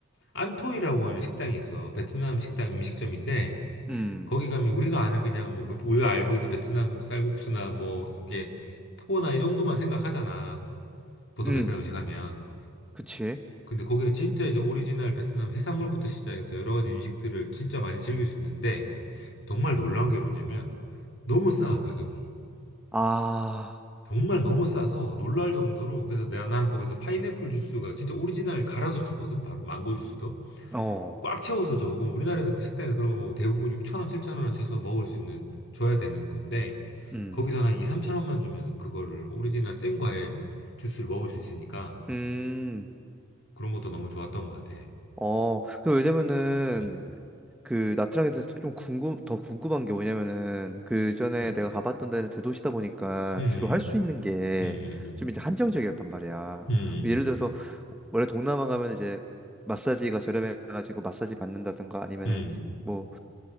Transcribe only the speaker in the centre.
음.
음.
그치.
아.
어.
음.
음.
어, 그 왜냐면은
그 나트랑에 대해서 좀 궁금 더 궁금한 게 뭐냐면은 그 전에
내가 가봤던 데는 대도시다 보니까
주로 할 수 있는 게
좀 이제 한정적이었단 말이야.
뭐 예를 들어서 원래 동남아 가면 이제 마사지가 저렴해가지고 마사지 받는다든가 아니면은
뭐